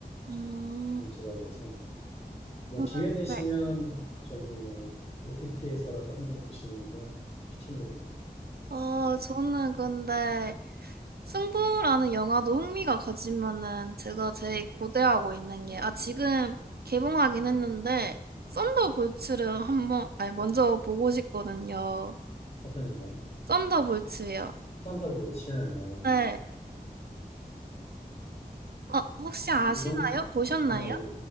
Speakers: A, on the right; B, on the left.
A: 음,
B: 문제가 돼서 뭐
A: 저는,
B: 기회 되시면
A: 네.
B: 저기 뭐 OTT에서라도 한번 보시는 거 추천드립니다.
A: 어, 저는 근데 승부라는 영화도 흥미가 가지만은 제가 제일 고대하고 있는 게, 아, 지금 개봉하긴 했는데, 썬더볼츠를 한번, 아니, 먼저 보고 싶거든요.
B: 어떤 거?
A: 썬더볼츠요.
B: 산다고요, 치아. 어,
A: 네. 어, 혹시 아시나요?
B: 이건
A: 보셨나요?
B: 아니 아니